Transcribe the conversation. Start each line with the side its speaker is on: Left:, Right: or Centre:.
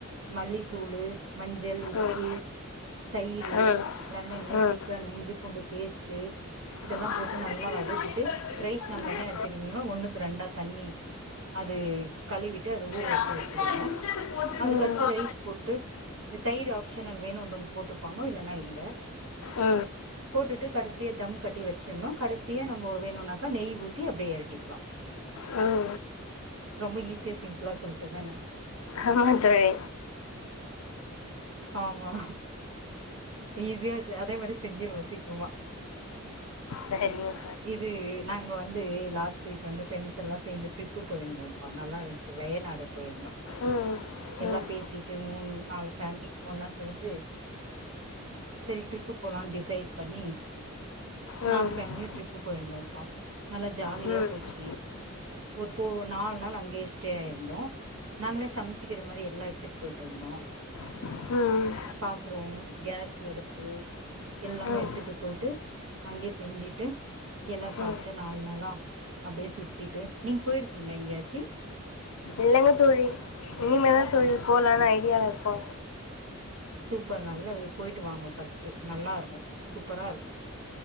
Right: மல்லித்தூளு மஞ்சள் உப்பு
Left: ம்
Right: தயிரு
Left: ம்
Right: லெமனு
Left: ம்
Right: சிக்கனு
Left: ம்
Right: இஞ்சி பூண்டு பேஸ்ட்டு இதல்லா
Left: நான்தான்
Right: போட்டு நல்லா
Left: தெரியுது,
Right: வதக்கிட்டு
Left: நான் இப்ப
Right: ரைஸ்
Left: பண்ணேன்.
Right: நம்ம என்ன எடுத்திருக்கணுமோ ஒண்ணுக்கு ரெண்டா தண்ணீ அது கழுவீட்டு அது ஊற வச்சு
Left: ரசிகா
Right: வெச்சிக்கணு
Left: போட்டிருக்காங்க.
Right: அதுக் அடு த்து ரைஸ் போட்டு இது தயிர் ஆப்ஷனல் வேணுன்றவங் போட்டுப்பாங்க இல்லன்னா இல்ல
Left: அ
Right: போட்டுட்டு கடசியா தம் கட்டி வெச்சிர்ணு கடசியா நம்போ வேணுன்னாக்க நெய் ஊத்தி அப்டே எறக்கிக்கலா
Left: அ
Right: ரொம்ப ஈஸியா சிம்புளா சொல்ட்டதான
Left: ஆமா தோழி
Right: ஆமா ஈஸியா செ அதே மாரி செஞ்சிருவோ சீக்ரமா
Left: சேரி ஓக்
Right: இது நாங்க வந்து லாஸ்ட் வீக் வந்து ஃப்ரெண்ட்ஸ் எல்லா சேந்து ட்ரிப்பு போய்ர்ந்தோ அப்ப நல்லா இருன்ச்சு வயநடு போய்ருந்தோ
Left: ம்
Right: எல்லா
Left: ம் ம் ம்
Right: பேசிட்டு மூண் நாலு ஃபேம்லி ஒண்ணா சேந்து செரி ட்ரிப்பு போலான் டிசைட் பண்ணி
Left: ம் ம் ம்
Right: நாலு ஃபேம்லியு ட்ரிப்பு போய்ருந்தோம்ப்பா நல்லா ஜாலியா
Left: ம்
Right: போச்சி ஒரு ஃபோ நாலு நாள் அங்யே ஸ்டே ஆயிருந்தோ நாங்ளே சம்ச்சி கிற மாரி எல்லா எடுத்துட் போய்ட்ருந்தோ
Left: ம் ம்
Right: பாத்ரோம் கேஸ் அடுப்பு எல்லாமே
Left: ம்
Right: எடுத்துட்டு போய்ட்டு அங்யே செஞ்சிட்டு எல்லா சாப்ட்டு
Left: ம்
Right: நாலு நாளா அப்டியே சுத்திட்டு நீங் போய்ர்க்கிங்ளா எங்யாச்சி
Left: இல்லங்க தோழி இனிமேதா தோழி போலான்னு ஐடியாலருக்கோ
Right: சூப்பர் நல்லா போய்ட்டு வாங்கோ ஃபர்ஸ்ட்டு நல்லாருக்கும் சூப்பராருக்கும்